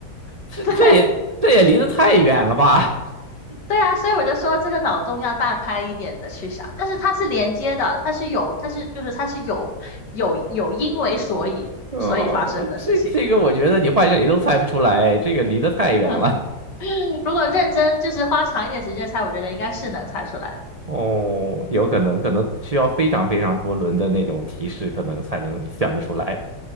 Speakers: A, on the right (about 40°); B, on the left (about 70°).
A: 这这也这也离得太远了吧
B: <laughs> 对。对啊，所以我就说这个脑洞要大开一点的去想，但是它是连接的，它是有，它是就是它是有有有因为所以所以发生的事情。
A: <laughs>？哦，我这这个我觉得你换谁都猜不出来，这个离得太远了。
B: <laughs> 如果认真就是花长一点时间猜，我觉得应该是能猜出来的。
A: 哦，有可能可能需要非常非常多轮的那种提示，可能才能想得出来。